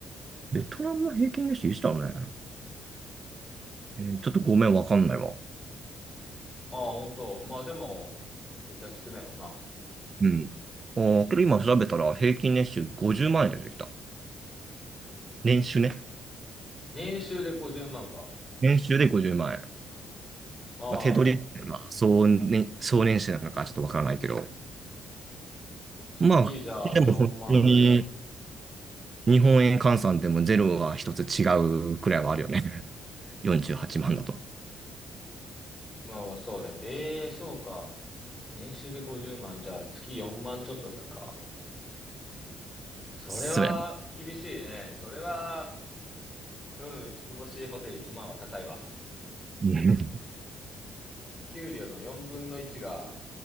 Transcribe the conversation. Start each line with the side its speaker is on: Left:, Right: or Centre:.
Right: ベトナムの平均年収いつだろうね。えーちょっとごめん、わかんないわ。
Left: ああ、ほまあでも、絶対少ないわな。
Right: うん。ああ、けど今調べたら平均年収50万円で出てきた。年収ね。
Left: 年収で50万か。
Right: 年収で50万円。
Left: まあ、
Right: まあ、手取り、まあ、総年、総年収なのかちょっとわからないけど。
Left: 月じゃあ4万ぐらいか。
Right: まあ、でも本当に日本円換算でもゼロは一つ違うくらいはあるよね。<laughs> 48万だと。
Left: まあまあ、そうね。ええ、そうか。年収で50万、じゃあ月4万ちょっとだか。それは厳しいね。
Right: そうやね。
Left: それは、うん、五つつ星ホテル1万は高いわ。
Right: うん。
Left: 給料の4分の1が、